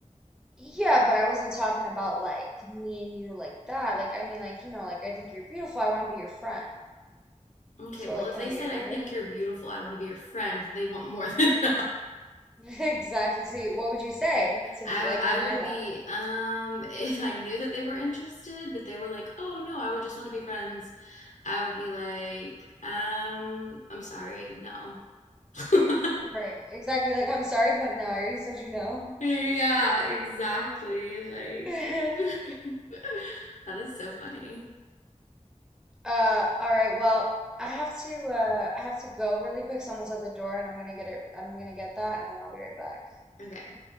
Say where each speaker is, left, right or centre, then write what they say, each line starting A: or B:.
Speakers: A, in the centre; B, on the left.
A: Yeah, but I wasn't talking about like me and you like that. Like, I mean, like, you know, like, I think you're beautiful. I want to be your friend.
B: Okay,
A: So,
B: well,
A: like,
B: if
A: can
B: they
A: I get
B: said,
A: your number?
B: I think you're beautiful, I want to be your friend, they want more <laughs> than that.
A: <laughs> Exactly. See, what would you say to
B: I,
A: d- like
B: I
A: deny
B: would
A: that?
B: be, um, <laughs> if I knew that they were interested, but they were like, oh no, I would just want to be friends, I would be like, um, I'm sorry, no. <laughs>
A: Right. Exactly. Like, I'm sorry, but no, I already told you no.
B: Yeah, exactly. Like,
A: <laughs>
B: <laughs> that is so funny.
A: Uh, all right. Well, I have to, uh, I have to go really quick. Someone's at the door and I'm gonna get it, I'm gonna get that and then I'll be right back.
B: Okay,